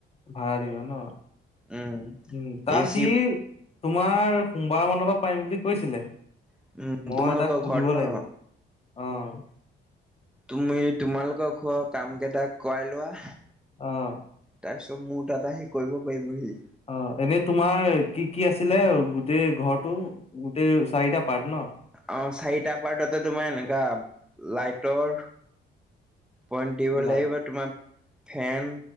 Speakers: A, on the left; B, in the centre.
A: ভাড়া দিবা ন?
B: উম।
A: উম, তাৰ
B: এচি
A: সি তোমাৰ সোমবাৰ মানৰ পৰা পাৰিম বুলি কৈছিলে।
B: উম
A: মই
B: তোমালোকৰ
A: তাক সুধিব
B: ঘৰত ন
A: লাগিব, অ'।
B: তুমি তোমালোকৰ ঘৰৰ কাম কেইটা কৰাই লোৱা
A: অ'।
B: তাৰপিছত মোৰ তাত আহি কৰিব পাৰিবহি।
A: অ', এনে তোমাৰ কি-কি আছিলে গোটেই ঘৰটো, গোটেই চাৰিটা পাৰ্ট ন?
B: অ', চাৰিটা পাৰ্ট, তাতে তোমাৰ এনেকা লাইটৰ পইন্ট দিব
A: লাই
B: লাগিব তোমাৰ ফেন